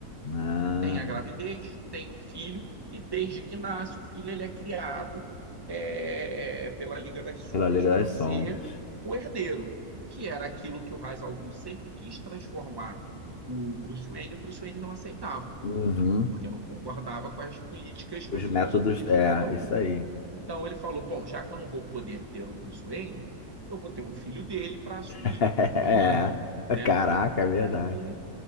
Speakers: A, on the left; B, on the right.
A: ah,
B: tem a gravidez, tem o filho, e desde que nasce, o filho ele é criado é, é, pela Liga das Sombras
A: pela Liga
B: para
A: das
B: ser
A: Sombras.
B: o herdeiro, que era aquilo que o Ra's al Ghul sempre quis transformar o Bruce Wayne, e o Bruce Wayne não aceitava,
A: Uhum.
B: porque não concordava com as políticas, com
A: Os
B: as filosofias
A: métodos. É,
B: de Ra's al Ghul.
A: isso aí.
B: Então ele falou, bom, já que eu não vou poder ter o Bruce Wayne, eu vou ter um filho dele para assumir
A: <laughs>
B: o meu
A: É.
B: manto, né?
A: Caraca, é verdade.
B: Aí